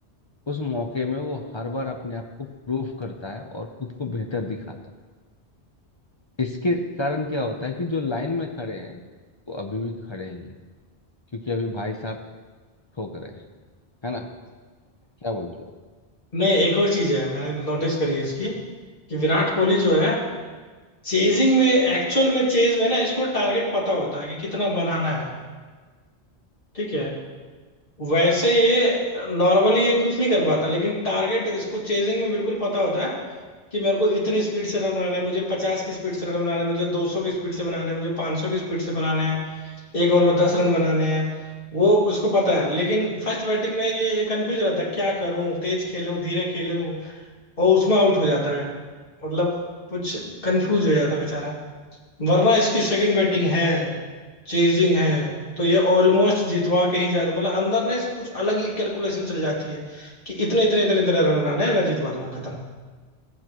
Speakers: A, on the left; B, on the left.
A: उस मौके में वो हर बार अपने आप को प्रूफ करता है और खुद को बेहतर दिखाता है इसके कारण क्या होता है कि जो लाइन में खड़े हैं वो अभी भी खड़े ही हैं क्योंकि अभी भाई साहब ठोक रहे हैं है ना क्या बोलते हो
B: नहीं एक और चीज है मैंने नोटिस करी है इसकी कि विराट कोहली जो है चेजिंग में एक्चुअल में चेज में ना इसको टारगेट पता होता है कि कितना बनाना है ठीक है वैसे ये नॉर्मली ये कुछ नहीं कर पाता लेकिन टारगेट इसको चेजिंग में बिल्कुल पता होता है कि मेरे को इतनी स्पीड से रन बनाना है मुझे पचास की स्पीड से रन बनाना है मुझे दो सौ की स्पीड से बनाना है मुझे पांच सौ की स्पीड से बनाने हैं एक ओवर में दस रन बनाने हैं वो उसको पता है लेकिन फर्स्ट बैटिंग में ये कंफ्यूज रहता है क्या करूं तेज खेलूं धीरे खेलूं और उसमें आउट हो जाता है मतलब कुछ कंफ्यूज हो जाता है बेचारा वरना इसकी सेकंड बैटिंग है चेजिंग है तो ये ऑलमोस्ट जितवा के ही जाता मतलब अंदर ना इसको कुछ अलग ही कैलकुलेशन चल जाती है कि इतने इतने इतने इतने रन बनाना है मैं जितवा दूंगा खत्म